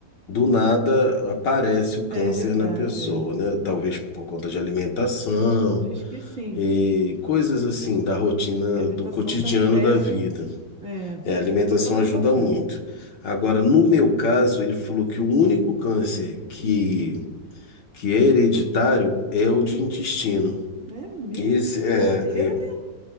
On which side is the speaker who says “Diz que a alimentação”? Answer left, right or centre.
Right